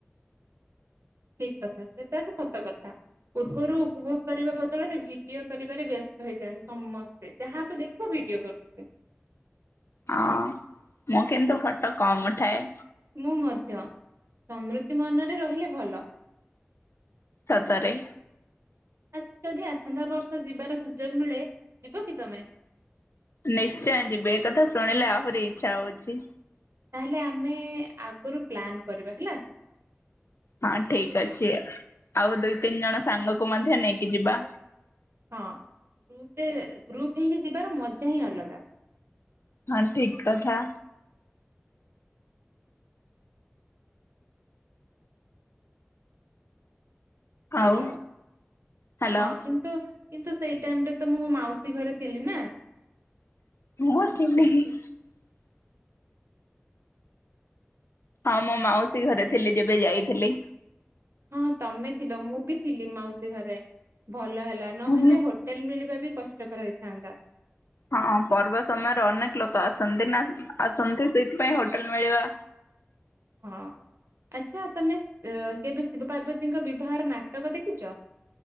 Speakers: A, on the right; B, on the left.
A: ଠିକ କଥା ସେଟା ତ ସତ କଥା ପୂର୍ବରୁ ଉପଭୋଗ କରିବା ବଦଳରେ ଭିଡିଓ କରିବାରେ ବ୍ୟସ୍ତ ହେଇଯାନ୍ତି ସମସ୍ତେ ଯାହାକୁ ଦେଖିବ ଭିଡିଓ କରୁଥିବେ।
B: ହଁ ମୁଁ କିନ୍ତୁ ଫଟ କମ ଉଠାଏ।
A: ମୁଁ ମଧ୍ୟ ସମୃତି ମନରେ ରହିଲେ ଭଲ।
B: ସତାରେ।
A: ଆଚ୍ଛା ଯଦି ଆସନ୍ତା ବର୍ଷ ଯିବାର ସୁଯୋଗ ମିଳେ ଯିବ କି ତମେ?
B: ନିଶ୍ଚୟ ଯିବି ଏ କଥା ଶୁଣିଲେ ଆହୁରି ଇଚ୍ଛା ହଉଛି।
A: ତାହଲେ ଆମେ ଆଗରୁ ପ୍ଲାନ୍ କରିବା ହେଲା।
B: ହଁ ଠିକ ଅଛି ଆଉ ଦୁଇ ତିନି ଜଣ ସାଙ୍ଗକୁ ମଧ୍ୟ ନେଇକି ଯିବା।
A: ହଁ ଗ୍ରୁପରେ ଗ୍ରୁପ ହେଇକି ଯିବାର ମଜା ହିଁ ଅଲଗା।
B: ହଁ ଠିକ କଥା।
A: ହ୍ୟାଲୋ
B: ଆଉ ହ୍ୟାଲୋ
A: ହଁ କିନ୍ତୁ କିନ୍ତୁ ସେଇ ଟାଇମ ରେ ତ ମୁଁ ମାଉସୀ ଘରେ ଥିଲି ନା।
B: <unintelligible>
A: ସେ
B: ହଁ ମୋ ମାଉସୀ ଘରେ ଥିଲି ଯେବେ ଯାଇଥିଲି।
A: ହଁଁ ତମେ ଥିଲ ମୁଁ ବି ଥିଲି ମାଉସୀ ଘରେ। ଭଲ ହେଲା ନହେଲେ
B: ହଁ
A: ହୋଟେଲ ମିଳିବା ବି କଷ୍ଟକର ହେଇଥାନ୍ତା।
B: ହଁ ପର୍ବ ସମୟରେ ଅନେକ ଲୋକ ଆସନ୍ତି ନା ଆସନ୍ତି ସେଥିପାଇଁ ହୋଟେଲ ମିଳିବା
A: ହଁ ଆଚ୍ଛା ତମେ କେବେ ଶିବ ପାର୍ବତୀଙ୍କ ବିବାହର ନାଟକ ଦେଖିଛ?